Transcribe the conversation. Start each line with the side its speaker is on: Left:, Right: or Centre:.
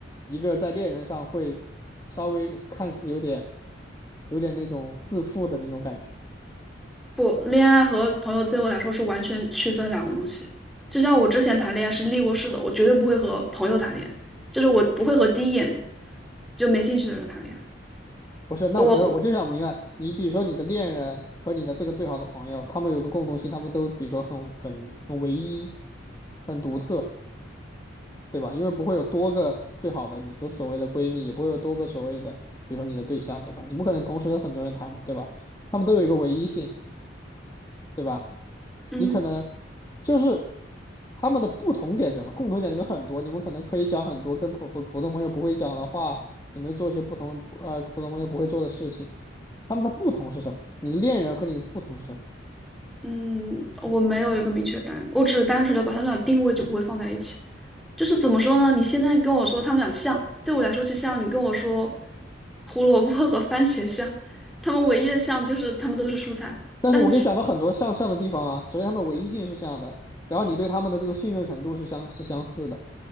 Left: 一个在恋人上会稍微看似有点有点那种自负的那种感觉？
Centre: 不恋爱和朋友对我来说是完全区分两个东西。就像我之前谈恋爱是立过誓的，我绝对不会和朋友谈恋爱，就是我不会和第一眼就没兴趣的人谈恋爱。
Left: 不是，那我不是，
Centre: 我
Left: 我就想明白，你比如说你的恋人和你的这个最好的朋友，他们有个共同性，他们都比如说很很很唯一，很独特，对吧？因为不会有多个最好的，你说所谓的闺蜜，也不会有多个所谓的，比如说你的对象，对吧？你不可能同时跟很多人谈嘛，对吧？他们都有一个唯一性，对吧？
Centre: 嗯。
Left: 你可能就是他们的不同点是什么？共同点这个很多，你们可能可以讲很多跟普普普通朋友不会讲的话，你们做一些不同呃普通朋友不会做的事情。他们的不同是什么？你的恋人和你的不同是什么？
Centre: 嗯，我没有一个明确答案，我只是单纯的把他们俩定位就不会放在一起。就是怎么说呢？你现在跟我说他们俩像，对我来说就像你跟我说胡萝卜和番茄像，它们唯一的像就是它们都是蔬菜，
Left: 但是我可以讲到很多像像的地方啊。
Centre: 但是
Left: 首先，他们的唯一性是像的，然后你对他们的这个信任程度是相是相似的，